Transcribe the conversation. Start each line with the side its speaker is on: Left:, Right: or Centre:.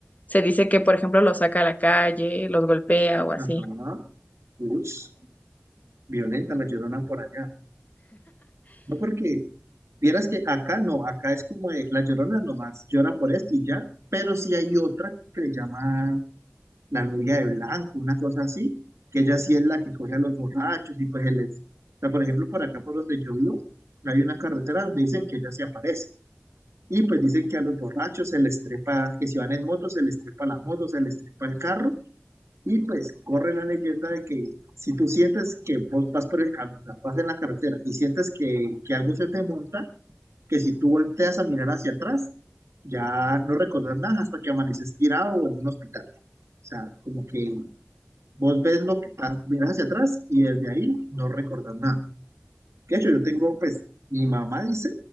Left: Se dice que, por ejemplo, los saca a la calle, los golpea o así.
Right: ajá, ush, violenta la llorona por allá. No porque Vieras que acá no, acá es como de, la Llorona nomás llora por esto y ya, pero sí hay otra que le llaman la novia de blanco, una cosa así, que ella sí es la que coge a los borrachos y pues él es. O sea, por ejemplo, por acá por donde yo vivo, hay una carretera donde dicen que ella se aparece. Y pues dicen que a los borrachos se les trepa, que si van en moto, se les trepa la moto, se les trepa el carro. Y pues corre la leyenda de que si tú sientes que vos vas por el camino, vas en la carretera y sientes que, que algo se te monta, que si tú volteas a mirar hacia atrás, ya no recordás nada hasta que amaneces tirado o en un hospital. O sea, como que vos ves lo que pa- miras hacia atrás y desde ahí no recordás nada. De hecho, yo tengo, pues, mi mamá dice